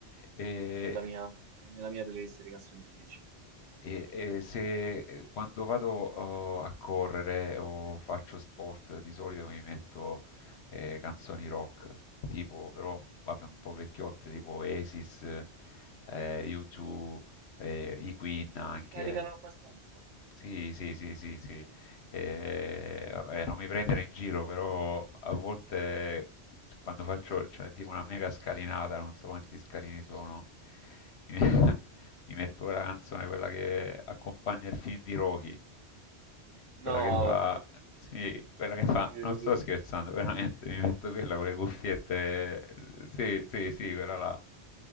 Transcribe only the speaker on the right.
È nella mia, è nella mia playlist di canzoni felici.
E ti caricano abbastanza?
No,
<laughs>
sì, sì,
sì.